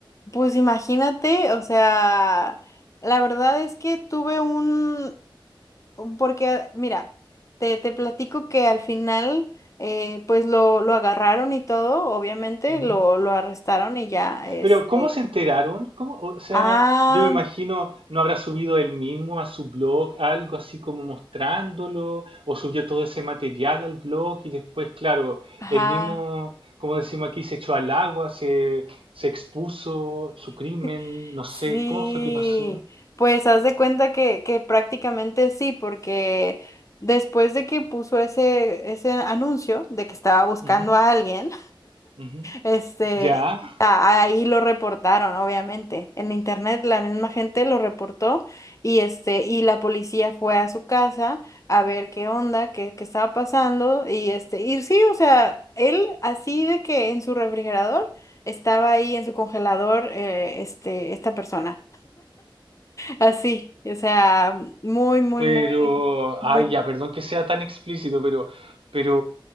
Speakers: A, on the left (about 35°); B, on the right (about 85°).
A: Pues imagínate, o sea, la verdad es que tuve un, un- porque mira, te, te platico que al final, eh, pues lo, lo agarraron y todo, obviamente,
B: Ujú,
A: lo, lo arrestaron y ya, este,
B: Pero, ¿cómo se enteraron? ¿Cómo? O sea,
A: ah,
B: yo me imagino, ¿no habrá subido él mismo a su blog algo así como mostrándolo? ¿O subió todo ese material al blog y después, claro,
A: ajá.
B: él mismo, como decimos aquí, se echó al agua, se, se expuso su crimen,
A: <laughs>
B: no
A: Sí,
B: sé, ¿cómo fue que pasó?
A: pues haz de cuenta que, que prácticamente sí, porque después de que puso ese, ese anuncio de que estaba buscando
B: Ujú,
A: a alguien,
B: ujú.
A: Este,
B: Ya.
A: a- ahí lo reportaron, obviamente. En internet la misma gente lo reportó y este, y la policía fue a su casa a ver qué onda, qué, qué estaba pasando y este, y sí, o sea, él así de que en su refrigerador estaba ahí en su congelador, eh, este, esta persona, así, o sea, muy, muy,
B: Pero,
A: muy, muy,
B: ay,
A: bien.
B: ya, perdón que sea tan explícito, pero, pero